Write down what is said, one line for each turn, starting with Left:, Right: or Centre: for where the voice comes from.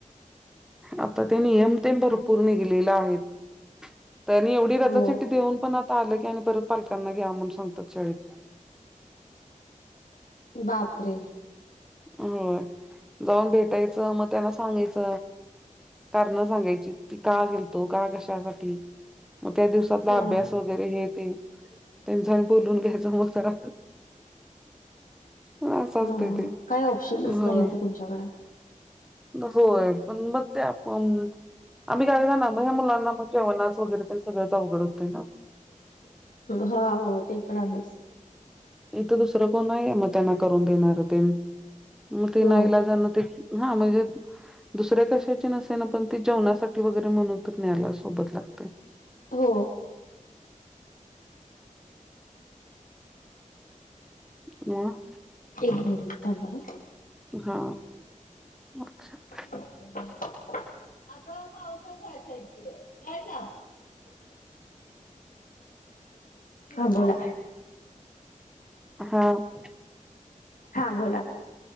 Centre: आता ते नियम तेन भरपूर निघलेल आहेत. त्यांनी एवढी रजा
Left: हो
Centre: चिट्ठी देऊन पण आता आल की, आणि परत पालकांना घ्या म्हणून सांगतात शाळेत.
Left: बापरे!
Centre: होय, जाऊन भेटायचं मग त्यांना सांगायच कारण सांगायचीत की, का गेलतो, का कशासाठी, मग त्या दिवसातला
Left: हा
Centre: अभ्यास वगैरे हे ते त्यांच्या आणि बोलून घ्यायच मग सगळा
Left: <unintelligible>
Centre: अस असतय ते.
Left: काही ऑप्शनच
Centre: होय
Left: नाही, आता तुमच्याकड.
Centre: होय, पण मग ते आपण, आम्ही काय जाणार नाही ह्या मुलांना मग जेवनाच वगैरे त्याच सगळच अवघड होतय ना.
Left: हा हो, ते पण आहेच.
Centre: इथं दुसरं कोण नाहीये, मग त्यांना करून देणार तेन, मग ते
Left: हो
Centre: नाईलाजन ते हा म्हणजे दुसऱ्या कशाची नसे ना, पण ते जेवणासाठी वगैरे म्हणून तर न्यायला सोबत लागते.
Left: हो.
Centre: म
Left: एक मिनिट थांबा हा,
Centre: हा, मच्छर
Left: <unintelligible> आ ग पावसात जायच आहे ते, लाईट लाव. हा बोला
Centre: हाव.
Left: हा बोला